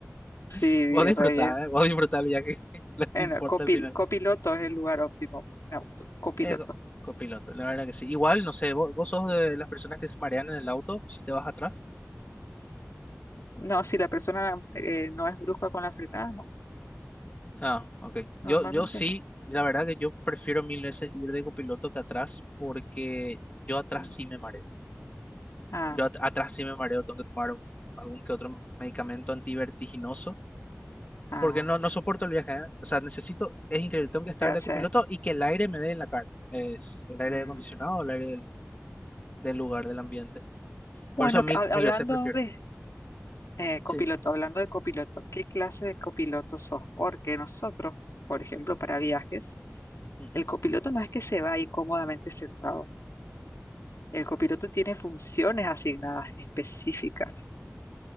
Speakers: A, on the left; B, on the left.
A: sí,
B: <laughs>
A: vi
B: vos disfrutás,
A: re bien.
B: ¿eh? Vos disfrutás el viaje, <laughs> lo que
A: Bueno,
B: importa
A: copil-
B: al final.
A: copiloto es el lugar óptimo en auto, copiloto.
B: Eh, co- copiloto, la verdad que sí. Igual, no sé, vos, vos sos de las personas que se marean en el auto si te vas atrás.
A: No, si la persona eh, no es brusca con la frenada, no,
B: Ah, ok.
A: normalmente
B: Yo, yo sí,
A: no.
B: la verdad que yo prefiero mil veces ir de copiloto que atrás, porque yo atrás
A: Mm.
B: sí me mareo.
A: Ah,
B: Yo at- atrás sí me mareo, tengo que tomar un- algún que otro medicamento antivertiginoso,
A: ah,
B: porque no, no soporto el viaje, ¿eh? O sea, necesito, es increíble, tengo que estar
A: te hace.
B: de copiloto y que el aire me dé en la cara. Es el aire
A: mm.
B: acondicionado, el aire del, del lugar, del ambiente.
A: Bueno,
B: Por eso mil,
A: que hab-
B: mil
A: hablando
B: veces prefiero.
A: de eh, copiloto,
B: Sí.
A: hablando de copiloto, ¿qué clase de copiloto sos? Porque nosotros, por ejemplo, para viajes,
B: Ujú.
A: el copiloto no es que se va ahí cómodamente sentado. El copiloto tiene funciones asignadas específicas.